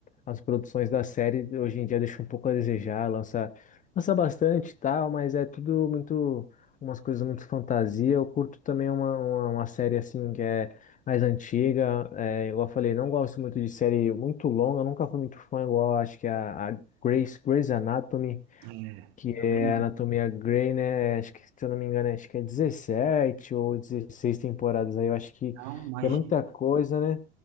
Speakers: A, on the left (about 20°); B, on the right (about 40°).
A: as produções da série hoje em dia deixam um pouco a desejar, lança, lança bastante e tal, mas é tudo muito, umas coisas muito fantasia. Eu curto também uma, uma, uma série assim que é mais antiga, é, igual eu falei, não gosto muito de série muito longa, eu nunca fui muito fã, igual acho que é a, a Grace, Grey's Anatomy
B: É,
A: que
B: também
A: é
B: não.
A: a Anatomia Grey, né? Acho que, se eu não me engano, acho que é 17 ou 16 temporadas aí. Eu acho que
B: Não, imagina.
A: já é muita coisa, né?